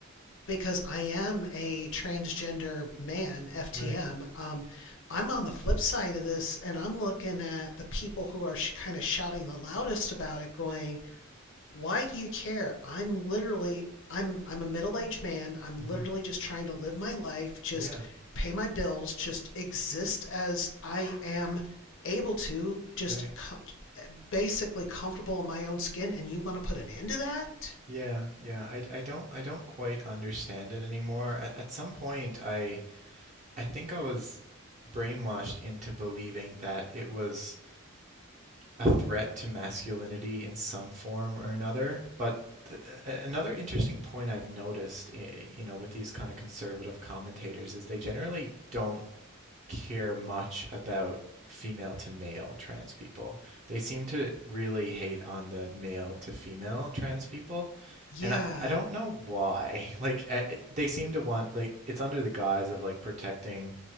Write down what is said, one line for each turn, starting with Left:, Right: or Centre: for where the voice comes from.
Left: because i am a transgender man ftm
Right: Right.
Left: um I'm on the flip side of this and I'm looking at the people who are sh- kind of shouting the loudest about it going why do you care? I'm literally I'm I'm a middle-aged man. I'm literally
Right: hmm
Left: just trying to live my life, just
Right: Yeah,
Left: pay my bills, just exist as I am able to, just
Right: right.
Left: co- basically comfortable in my own skin and you want to put an end to that?
Right: Yeah, yeah. I, I don't I don't quite understand it anymore. At, at some point I I think I was brainwashed into believing that it was a threat to masculinity in some form or another. But th- th- another interesting point I've noticed, eh, you know, with these kind of conservative commentators is they generally don't care much about female to male trans people. They seem to really hate on the male to female trans people.
Left: Yeah.
Right: And I, I don't know why. <laughs> Like, I, I- they seem to want, like, it's under the guise of, like, protecting